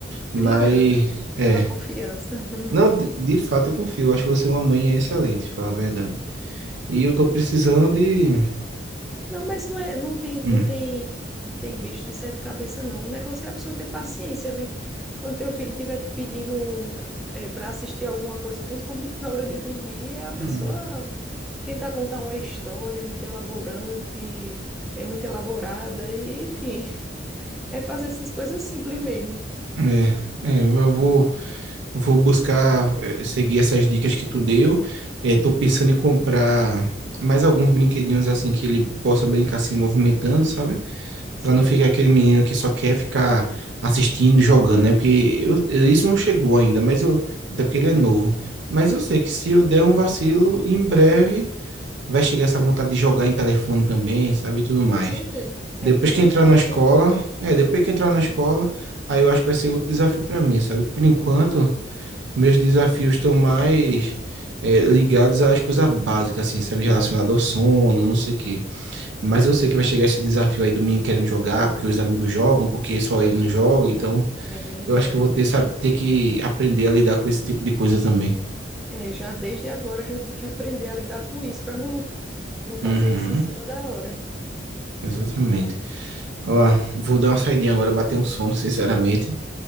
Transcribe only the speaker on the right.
Mas, é.
Não, de, de fato eu confio. Eu acho que você é uma mãe excelente, falar a verdade. E eu tô precisando de.
hum,
Hum.
é, é, eu vou, vou buscar é, seguir essas dicas que tu deu. Estou pensando em comprar mais alguns brinquedinhos assim que ele possa brincar se movimentando, sabe?
Pra não ficar aquele menino que só quer ficar assistindo e jogando, né? Porque eu- eu- isso não chegou ainda, mas eu. Até porque ele é novo. Mas eu sei que se eu der um vacilo, em breve vai chegar essa vontade de jogar em telefone também, sabe? E tudo mais.
Depois
que
entrar
na escola.
É, depois que entrar na escola, aí eu acho que vai ser outro desafio pra mim, sabe? Por enquanto, meus desafios estão mais. é, ligados às coisas básicas, assim, sabe? Relacionado ao sono, não sei o quê. Mas eu sei que vai chegar esse desafio aí do menino querendo jogar, porque os amigos jogam, porque só ele não joga. Então,
eu acho que eu vou ter, sabe, ter que aprender a lidar com esse tipo de coisa também.
Uhum,
exatamente. Ó, vou dar uma saidinha agora, bater um sono, sinceramente.